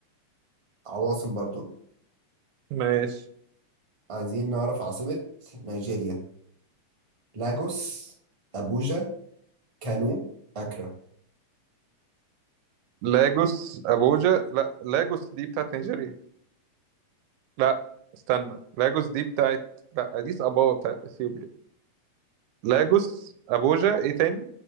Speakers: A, on the right; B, on the right.
A: عواصم برضو
B: ماشي
A: عايزين نعرف عاصمة نيجيريا لاجوس أبوجا كانو أكرا
B: لاجوس ابوجا لا لاجوس دي بتاعت نيجيريا لا استنى لاجوس دي بتاعت لا اديس ابابا بتاعت اثيوبيا لاجوس ابوجا ايه تاني